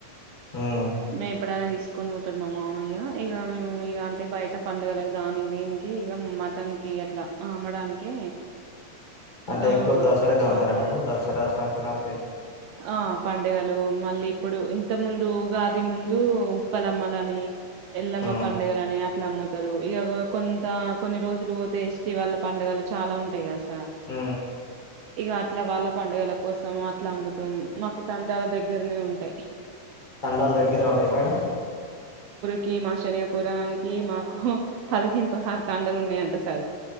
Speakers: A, on the left; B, on the right.
A: మ్మ్.
B: మేము ఇప్పుడ తీస్ కొని పోతాడు మా మామయ్య, ఇక మేము ఇక అంటే బయట పండుగలకి దాని దీనికి ఇక మటన్ క అట్లా అమ్మడానికి
A: అంటే
B: ఆ
A: ఎక్కువ దసరా కమ్తారా
B: సాకుతాం
A: మేడం దసరా కాని అంతే
B: ఆ పండగలు మళ్ళీ ఇప్పుడు ఇంత ముందు ఉగాది ముం ఉ ఉప్పలమ్మలని ఎలమ్మా
A: మ్మ్,
B: పండుగ అని అట్లా అమ్మతారు ఇగా కో కొంత కొన్ని రోజులు పోతే ఎస్టి వాళ్ళ పండగలు చాలా ఉంటాయి కద స
A: మ్
B: ఇక అట్లా వాళ్ళ పండుగల కోసం అట్లా అమ్ము మొత్తం మాకు తండాల దగ్గరనే ఉంటాయి
A: తండలు దగ్గరే ఉంటాయ మేడం
B: కీ మా శనియాపురానికి మాకు పదిహేను, పదహారు తాండలు ఉన్నాయంట, సార్